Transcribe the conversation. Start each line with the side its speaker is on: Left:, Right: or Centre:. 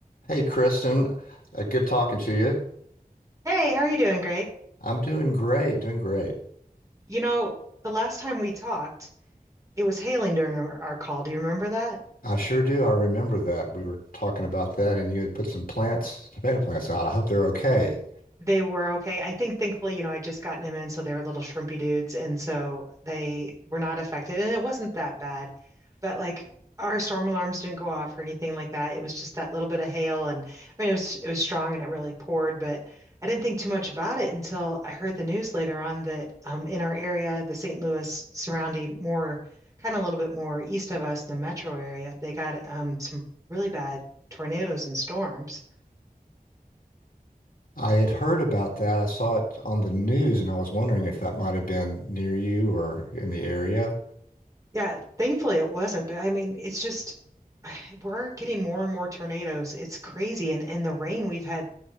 Left: Hey, Kristen, uh, good talking to you.
Right: Hey, how are you doing, Greg?
Left: I'm doing great, doing great.
Right: You know, the last time we talked, it was hailing during our, our call. Do you remember that?
Left: I sure do. I remember that we were talking about that, and you had put some plants, tomato plants out. I hope they're okay.
Right: They were okay. I think thankfully, you know, I'd just gotten him in, so they were little shrimpy dudes, and so they were not affected, and it wasn't that bad. But like our storm alarms didn't go off or anything like that. It was just that little bit of hail, and I mean, it was it was strong and it really poured, but I didn't think too much about it until I heard the news later on that um, in our area, the St. Louis surrounding, more kind of a little bit more east of us, the metro area, they got um, some really bad tornadoes and storms.
Left: I had heard about that. I saw it on the news, and I was wondering if that might have been near you or in the area.
Right: Yeah, thankfully it wasn't, but I mean, it's just <sighs> we're getting more and more tornadoes. It's crazy, and and the rain we've had